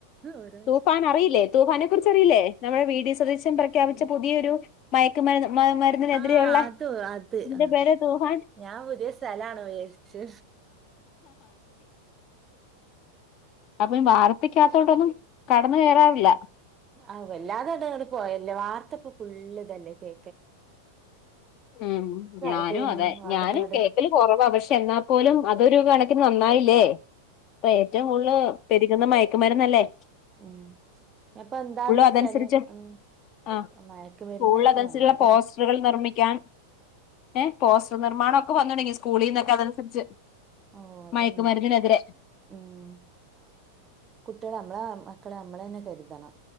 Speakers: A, on the right; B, on the left.
A: ഓരോ
B: തൂഫാൻ അറിയില്ലേ തൂഫാനെ കുറിച്ച്റിയില്ലേ നമ്മെ വീട് സ്ദേശം പ്രഖ്യാപിച്ച പുതിയൊരു മയക്കുമരുന്ന് മ മരുന്നിനെതിരെയുള്ള
A: ആഹ അത് അത്
B: ഇതിന്റെ
A: അത്
B: പേര് തൂഫാൻ
A: ഞാൻ പുതിയ സ്ഥലാണ് ഉപദേശിച്ചു
B: അപ്പൊ വാാരത്തക്കകത്ത കൊൊണ്ടൊന്നും കടന്നു കയറാറില്ല
A: ആ എല്ലാതടങ്ങ പോയല്ല വാർത്തപ്പൊക്കുള്ളള് തന്നെ കേ
B: ഉ ഞാനും
A: ഇത് തന്നെ
B: അതെ
A: അവിടെ
B: ഞാനും
A: ഇവിടെ
B: കേക്കൽ കൊറവ് പക്ഷെ എന്നാ പോ അതൊരു കണക്ക്ി നന്നായില്ലേ അപ്പൊ ഏറ്റവും കൂടുതൽ പെരുകുന്ന മയക്കുമരന്നല്ലേ
A: ഉം ഇപ്പൊ എന്താന്ന് വെച്ചാല്
B: അതനുസരിച്ച്
A: ഉ
B: ആ
A: മയക്ക് വരുന്ന
B: സ്കൂളിൽ
A: ഇപ്പ
B: അതനുസരിച്ചുള്ള
A: വന്ത
B: പോസ്റ്ററുകൾ നിർമ്മിക്കാൻ ഏ പോസ്റ്റർ നിർമ്മാണംമ ഒക്കെ വന്ന തുടങ്ങി സ്കൂളിൽ നിന്നൊക്കെ അതനുസരിച്ച്
A: ഓ അതന്നെ
B: മയക്കുമരുന്നിനെതിരെ
A: ഉം കുട്ടികുടെ നമ്മളെ മക്കളെ നമ്മളെ തന്നെ കരുതണം